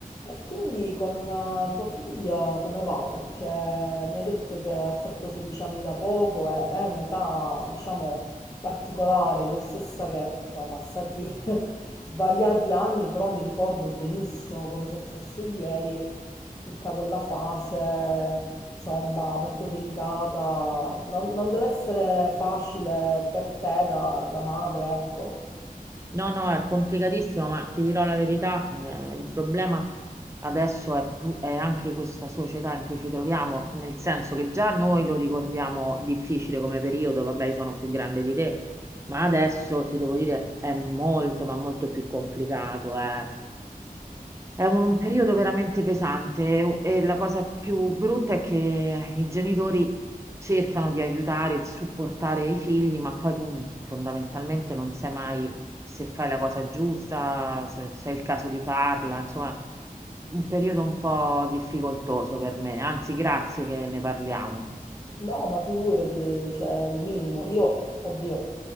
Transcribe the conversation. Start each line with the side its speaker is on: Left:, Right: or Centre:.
Left: E quindi con eh, tua figlia come va? Perché mi ha detto che ha fatto 16 anni da poco, è, è un'età, diciamo, particolare. Io stessa che sono passati <laughs> svariati anni, però mi ricordo benissimo, come se fosse ieri, tutta quella fase, insomma, molto delicata. Non, non deve essere facile per te da, da madre, ecco.
Right: No, no, è complicatissimo, ma ti dirò la verità, eh, il problema adesso è, pu- è anche questa società in cui ci troviamo, nel senso che già noi lo ricordiamo difficile come periodo, vabbè, io sono più grande di te, ma adesso ti devo dire è molto, ma molto più complicato, eh. È un periodo veramente pesante e la cosa più brutta è che i genitori cercano di aiutare e di supportare i figli, ma poi tu fondamentalmente non sai mai se fai la cosa giusta, se, se è il caso di farla, insomma, un periodo un po' difficoltoso per me. Anzi, grazie che ne parliamo.
Left: No, ma figurati, cioè il minimo. Io, oddio,